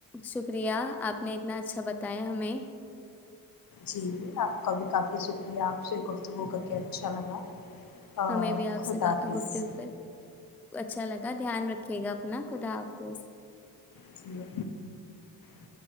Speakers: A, in the centre; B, on the left.
A: شکریہ آپ نے اتنا اچھا بتایا ہمیں
B: جی آپ کا بھی کافی شکریہ آپ سے ایک ہفتگو کر کے اچھا لگا آ،
A: ہمیں بھی آپ
B: خدا
A: سے
B: حافظ
A: گفتگ اچھا لگتا کا دھیان رکھے گا اپنا خدا حافظ
B: چل <unintelligible>